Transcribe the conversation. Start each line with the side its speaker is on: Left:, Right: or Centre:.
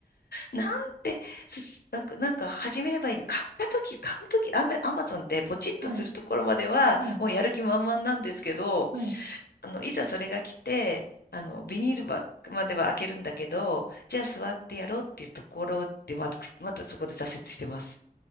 Left: なんで、すなんか、なんか始めればいいの買った時買う時アマ、アマゾンでポチッとするところまでは、
Right: はい、はい、
Left: もうやる気満々なんですけど、
Right: はい。
Left: あの、いざそれが来て、あの、ビニールばまでは開けるんだけど、じゃあ座ってやろうっていうところで、また、くまたそこで挫折してます。